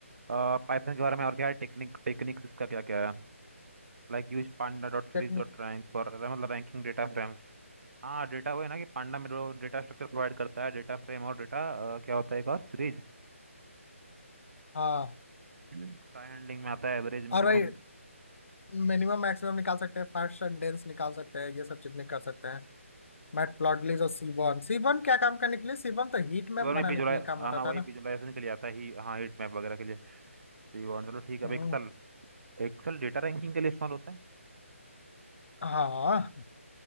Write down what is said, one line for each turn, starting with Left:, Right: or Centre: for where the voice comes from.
Right: पाइथन के बारे में और क्या है टेक्निक टेक्निक्स इसका क्या क्या है Like use panda dot series
Left: टेक्निक
Right: dot rank for मतलब रैंकिंग डेटा फ्रेम्स हाँ डेटा वो है ना कि पांडा में जो डेटा स्ट्रक्चर प्रोवाइड करता है डेटा फ्रेम और डेटा क्या होता है एक और सीरीज
Left: हाँ
Right: टाइम हैंडलिंग में आता है एवरेज
Left: और
Right: मिनिमम
Left: भाई मिनिमम मैक्सिमम निकाल सकते हैं फर्स्ट सेंटेंस निकाल सकते हैं ये सब चीजें कर सकते हैं मैटप्लॉटलिब और सीबॉन सीबॉन क्या काम करने के लिए सीबॉन तो हीट
Right: वीवर
Left: मैप
Right: में
Left: बनाने
Right: विजुलाइज
Left: के लिए काम
Right: हाँ
Left: आता
Right: वही
Left: था ना
Right: विजुलाइजेशन के लिए आता है ही हाँ हीट मैप वगैरह के लिए तो ये वाला- चलो ठीक है
Left: हम्म,
Right: अब एक्सेल एक्सेल डेटा रैंकिंग के लिए इस्तेमाल होता है
Left: हाँ